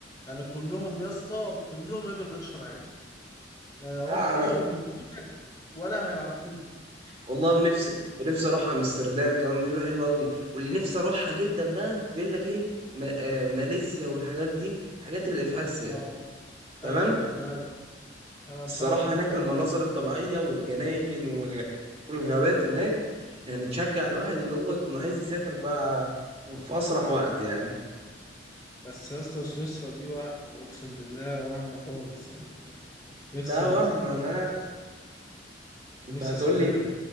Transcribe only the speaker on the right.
اه
انا
والله ونفسي ونفسي اروح امستردام كمان بيقولوا حلوه قوي واللي نفسي اروحها جدا بقى بيقول لك ايه ما... آه ماليزيا والحاجات دي الحاجات اللي في اسيا
تمام
الصراحة
هناك
المناظر الطبيعية والجناين والغ... والغابات هناك يعني تشجع الواحد اللي هو يكون عايز يسافر بقى في أسرع وقت يعني
لا وهم أنا عارف أنت
هتقول
لي